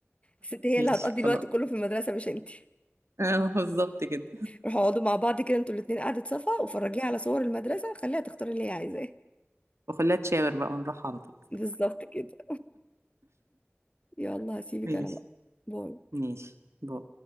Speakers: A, on the left; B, on the right.
A: الست هي
B: ماشي
A: اللي هتقضي
B: خلاص
A: الوقت كله في المدرسة مش انتي
B: <laughs> آه، بالظبط كده
A: روحوا اقعدوا مع بعض كده انتوا الاتنين قعدة صفا وفرجيها على صور المدرسة خليها تختار اللي هي عايزاه
B: وخليها تشاور بقى ونروح على طول
A: بالظبط كده يلا هسيبك
B: ماشي
A: انا بقى باي
B: ماشي باي.